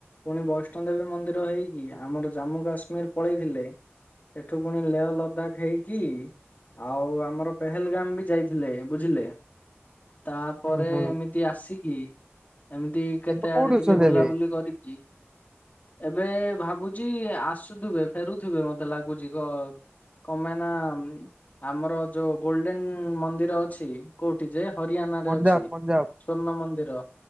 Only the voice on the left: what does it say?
ପୁଣି ବୈଷ୍ଣ ଦେବୀ ମନ୍ଦିର ହେଇକି ଆମର ଜାମ୍ମୁ କାଶ୍ମୀର ପଳେଇଥିଲେ। ସେଠୁ ପୁଣି ଲେହ ଲଦାଖ ହେଇକି। ଆଉ ଆମର ପେହେଲଗାମ ବି ଯାଇଥିଲେ ବୁଝିଲେ। ତାପରେ
ଏମିତି ଆସିକି ଏମିତି କେତେ
ଆଡେ
ଟିକେ ବୁଲାବୁଲି
କରିକି ଏବେ ଭାବୁଛି ଆସୁଥିବେ ଫେରୁଥିବେ ମତେ ଲାଗୁଛି କଣ କଣ ପାଇ ନା ଆମର ଯୋଉ ଗୋଲଡେନ୍ ମନ୍ଦିର ଅଛି କୋଉଠି ଯେ ହରିୟାାନ ରେ
ଅଛି।
ସ୍ଵର୍ଣ୍ଣ ମନ୍ଦିର